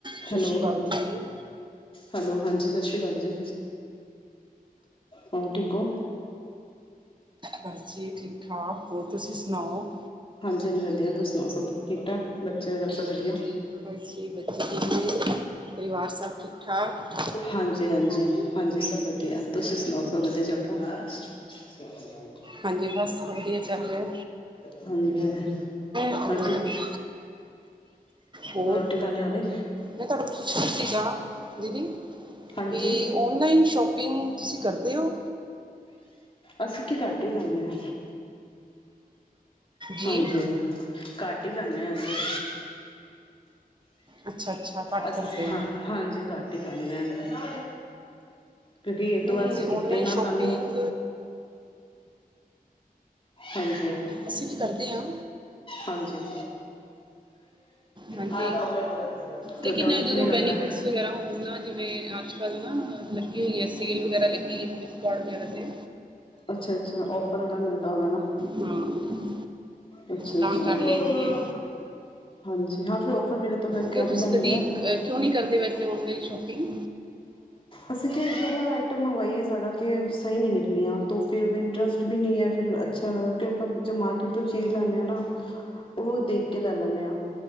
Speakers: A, on the right; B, on the left.
A: ਸਤਿ
B: ਹੈਲੋ।
A: ਸ਼੍ਰੀ ਅਕਾਲ ਜੀ
B: ਹੈਲੋ ਹਾਂਜੀ ਸਤਿ ਸ਼੍ਰੀ ਕਾਲ ਜੀ। ਹੋਰ ਠੀਕ ਓ?
A: ਬਸ ਜੀ ਠੀਕ ਠਾਕ ਹੋਰ ਤੁਸੀਂ ਸੁਣਾਓ?
B: ਹਾਂਜੀ ਹਾਂਜੀ, ਵਧੀਆ ਤੁਸੀਂ ਸੁਣਾਓ ਸਭ ਠੀਕ ਠਾਕ ਬੱਚੇ ਵਗੈਰਾ ਸਭ ਵਦੀਆ।
A: ਬਸ ਜੀ ਬੱਚੇ ਠੀਕ ਨੇ ਪਰਿਵਾਰ ਸਭ ਠੀਕ ਠਾਕ?
B: ਹਾਂਜੀ-ਹਾਂਜੀ, ਹਾਂਜੀ ਸਭ ਵਧੀਆ ਤੁਸੀਂ ਸੁਣਾਓ ਸਭ ਵਧੀਆ ਚੱਲ ਰਿਆ? <unintelligible>
A: ਹਾਂਜੀ। ਬਸ ਸਭ ਵਧੀਆ ਚੱਲ ਰਿਆ।
B: ਹਾਂਜੀ, <unintelligible>
A: ਅਹ, ਹੋਰ
B: ਰੋਟੀ ਪਾਣੀ ਹੋਗੀ।
A: ਮੈਂ ਤੁਹਾਡੇ ਕੋਲ ਪੁੱਛਣਾ ਸੀਗਾ ਦੀਦੀ?
B: ਹਾਂਜੀ
A: ਤੇ ਓਨਲਾਈਨ ਸ਼ੋਪਿੰਗ ਤੁਸੀਂ ਕਰਦੇ ਓ?
B: ਅਸੀਂ ਕੀ ਘੱਟ ਈ ਜਾਣੇ ਆ।
A: ਜੀ
B: ਹਾਂਜੀ। ਘੱਟ ਈ ਜਾਣੇ ਅਸੀਂ।
A: ਅੱਛਾ, ਅੱਛਾ। ਘੱਟ
B: ਅਸੀਂ
A: ਕਰਦੇ
B: ਹਾਂ,
A: ਹੋ
B: ਹਾਂਜੀ ਘੱਟ ਈ ਕਰਨੇ ਆ। ਕਿਉਂਕਿ ਇੱਕ ਦੋ
A: ਨਹੀਂ
B: ਵਾਰ ਅਸੀਂ ਕੀਤੇ
A: ਆਨਲਾਈਨ
B: ਨਾ
A: ਸ਼ਾਪਿੰਗ
B: ਸਾਨੂੰ ਹਾਂਜੀ।
A: ਅਸੀਂ ਵੀ ਕਰਦੇ ਆ।
B: ਹਾਂਜੀ।
A: ਹਾਂਜੀ
B: ਤੇ ਤੋਂ
A: ਲੇਕਿਨ
B: ਤੁਹਾਨੂੰ ਕਿਵੇਂ
A: ਜਦੋਂ
B: ਲੱਗਦਾ?
A: ਬੈਨੀਫਿਟਸ ਵਗੈਰਾ ਹੋਣ ਨਾ ਜਿਵੇਂ ਅੱਜ ਕੱਲ੍ਹ ਨਾ ਲੱਗੀ ਹੋਈ ਐ ਸੇਲ ਵਗੈਰਾ ਲੱਗੀ ਐ ਫਲਿੱਪਕਾਰਟ ਵਗੈਰਾ ਤੇ।
B: ਅੱਛਾ, ਅੱਛਾ ਔਫਰ ਹੈਗਾ ਮਿਲਦਾ ਹੋਣਾ ਨਾ।
A: ਹਾਂ
B: ਅੱਛਾ, ਅੱਛਾ।
A: ਤਾਂ ਕਰ ਲਈ ਦੀਏ
B: ਹਾਂਜੀ ਹਾਂ, ਫਿਰ ਔਫਰ ਮਿਲੇ ਤੋਂ ਫਿਰ
A: ਕਿਉਂ
B: ਕਰ
A: ਤੁਸੀਂ
B: ਈ ਲੈਂਦੇ।
A: ਕਦੀ ਕਿਉਂ ਨੀ ਕਰਦੇ ਵੈਸੇ ਔਨਲਾਈਨ ਸ਼ੋਪਿੰਗ?
B: ਅਸੀਂ ਕਿ ਇੱਕ ਦੋ ਵਾਰ ਆਈਟਮ ਮੰਗਵਾਈਏ ਸਾਡਾ ਕਿ ਸਹੀ ਨੀ ਨਿਕਲੀਆਂ ਤੋਂ ਫਿਰ ਇੰਟਰਸਟ ਵੀ ਨੀ ਐ ਤੋਂ ਫਿਰ ਅੱਛਾ ਮਤਲਬ ਕੇ ਆਪਾਂ ਮਾਰਕੀਟ ਤੋਂ ਚੀਜ਼ ਲੈਣੇ ਆ ਨਾ ਉਹ ਦੇਖ ਕੇ ਲੈ ਲੈਨੇ ਆ।